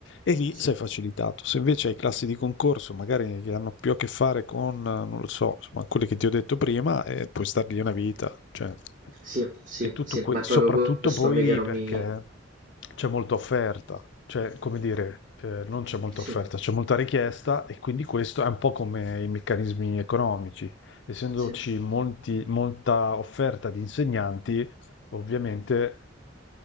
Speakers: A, on the left; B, on the right.
A: E lì
B: sì.
A: sei facilitato. Se invece hai classi di concorso, magari che hanno più a che fare con, eh, non lo so, insomma quelle che ti ho detto prima, eh, puoi star lì una vita, cioè
B: Sì, sì,
A: e tutto
B: sì,
A: que-
B: ma è
A: soprattutto
B: proprio questo
A: poi
B: me che non
A: perché
B: mi...
A: c'è molta offerta, cioè, come dire, eh, non c'è molta
B: Sì,
A: offerta, c'è molta richiesta e quindi questo è un po' come i meccanismi economici. Essendoci
B: sì,
A: molti- molta offerta di insegnanti, ovviamente